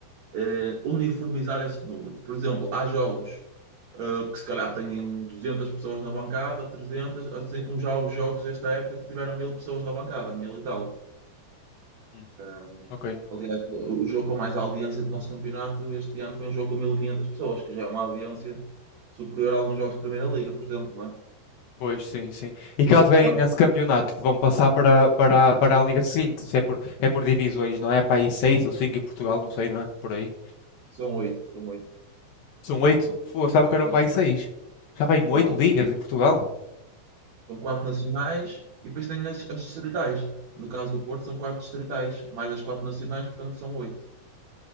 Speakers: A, on the right; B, on the left.
A: eh, uniformizar esse número. Por exemplo, há jogos eh, que se calhar têm 200 pessoas na bancada, 300, assim como já os jogos desta época que tiveram 1000 pessoas na bancada, 1000 e tal.
B: Hum,
A: Ehm,
B: ok.
A: aliás, o jogo com mais audiência do nosso campeonato este ano foi um jogo com 1500 pessoas, que já é uma audiência superior a alguns jogos de Primeira Liga, por exemplo, não é?
B: Pois sim, sim. E caso ganhem
A: Então,
B: esse campeonato, vão passar para, para, para a liga seguinte, se é por, é por divisões, não é? Para aí seis ou cinco em Portugal, não sei, não é? Por aí.
A: são oito, são oito.
B: São oito? Fogo, estava que eram
A: Nós-
B: para aí seis. Já vai em oito
A: Não,
B: ligas em Portugal?
A: são quatro nacionais e depois tem as, as distritais. No caso do Porto, são quatro distritais, mais as quatro nacionais, portanto, são oito.